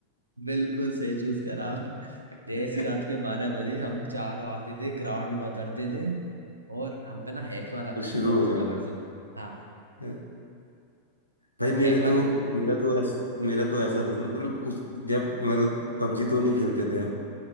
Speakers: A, on the right (about 80°); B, on the left (about 80°).
A: बिल्कुल सही चूज करा आपने
B: <laughs>
A: जैसी रात के बारह बजे हम चारों आते थे ग्राउंड में उतरते थे और हम पे ना हैक वाला था
B: और शुरू
A: पबजी
B: हो
A: का वर्जन हाँ
B: जाओ भाई
A: तो
B: मेरे
A: हैक वाले
B: तो मेरा तो ऐस, मेरा तो ऐसा था ना मतलब उस जब मतलब पबजी तो नहीं खेलते थे हम